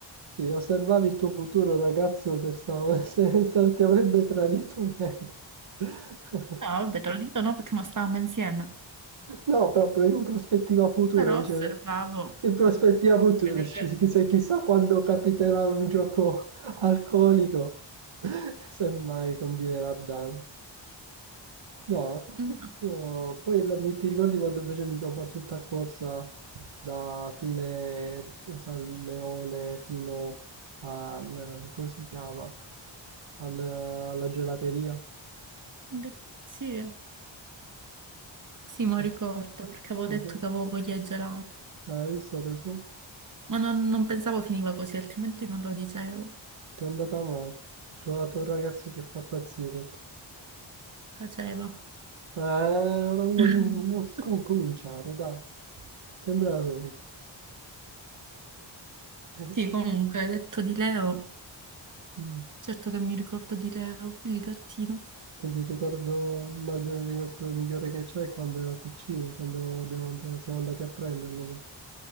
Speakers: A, on the right; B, on the right.
A: Sì, osservavi il tuo futuro ragazzo se, sta- <laughs> se se ti avrebbe tradito o meno. <laughs>
B: vabbè, te lo dico no perché non stavamo insieme.
A: No, proprio in prospettiva futura,
B: Però
A: dice.
B: osservavo
A: In prospettiva futura,
B: per vedere.
A: ci- chissà, chissà quando capiterà un gioco alcolico, <laughs> se mai combinerà danno. No, a parte
B: Mm,
A: questo, poi la- mi- ti ricordi quando invece mi sono fatto tutta corsa da fine San Leone fino al, come si chiama? al- alla gelateria.
B: beh, Sì, sì, me lo
A: E-
B: ricordo perché avevo
A: e
B: detto
A: te-
B: che avevo voglia di gelato.
A: Hai visto tesoro?
B: Ma non, non pensavo finiva così, altrimenti non lo dicevo.
A: Ti è andata male. Ho trovato un ragazzo che fa pazzie per te.
B: Faceva.
A: Eh, non, comin-
B: <laughs>
A: non com- cominciare, dai. Sempre la solita. <laughs>
B: Sì, comunque, detto di Leo.
A: Mm.
B: Certo che mi ricordo di Leo, il gattino.
A: Quindi il ricordo, immagino il ricordo migliore che c'è è quando era piccino, quando l'abbiamo and- siamo andati a prenderlo così.